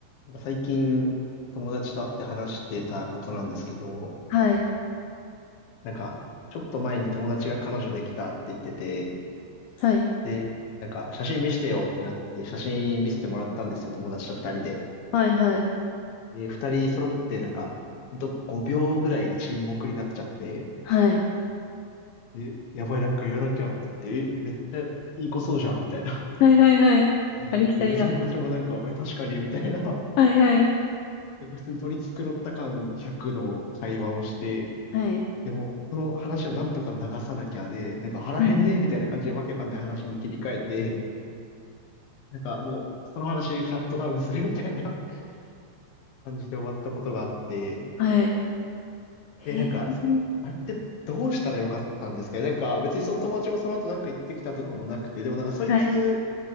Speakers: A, on the left; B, on the left.
A: なんか最近友達と会って話してたことなんですけど、
B: はい。
A: なんかちょっと前に友達が彼女できたって言ってて、
B: はい。
A: で、なんか写真見せてよってなって写真見せてもらったんですよ、友達と二人で。
B: はい。はい。
A: で、二人揃ってなんか、ほんと5秒ぐらい沈黙になっちゃって、
B: はい。
A: え、やばいなんか言わなきゃって言って、え、めっちゃいい子そうじゃんみたいな
B: はい。はい。はいありきたりな。
A: 感じで、で、友達もなんか、え、確かにみたいな、な
B: はい。はい。
A: んか普通に取り繕った感100の会話をして、
B: はい。
A: でも、その話をなんとか流さなきゃで、なんか腹減んねえみたいな感じでわけわかんない話に切り替えて、
B: はい。
A: なんかもう、その話シャットダウンするみたいな <laughs> 感じで終わったことがあって、
B: はいえー、
A: で、なんか、あれってどうしたらよかったんですかねなんか、別にその友達もその後なんか行ってきたとかもなくて、でもなんかそいつ、
B: はい。